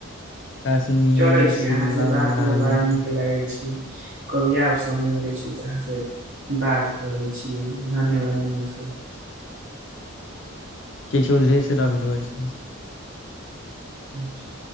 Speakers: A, on the left (about 60°); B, on the right (about 55°).
A: कश्मीर
B: चलय छी
A: शिमला
B: अहाँ से बात
A: मनाली
B: के बड़ा नीक लगै छी। कविया आ और समय मिलै छैय तऽ अहाँ सँ बात करै छियै धन्यवाद नमस्कार।
A: किछ उधरसँ रख देबय छैय।
B: अच्छा